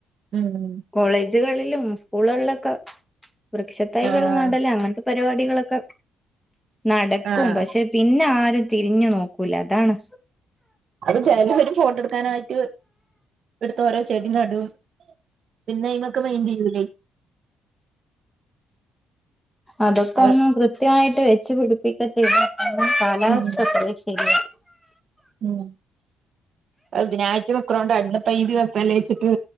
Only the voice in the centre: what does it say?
കോളേജുകളിലും സ്കൂളുകളിലൊക്കെ വൃക്ഷ തൈകൾ
നടല അങ്ങന.. പരിപാടികളൊക്കെ നടക്കും.
പക്ഷെ... പിന്നെ ആരും തിരിഞ്ഞു നോക്കൂല. അതാണ്...
അതൊക്കെ
ഒന്ന് കൃത്യമായിട്ട് വെച്ചു പിടിപ്പിക്കണ്ടേ കാലാവസ്ഥക്ക
ശരി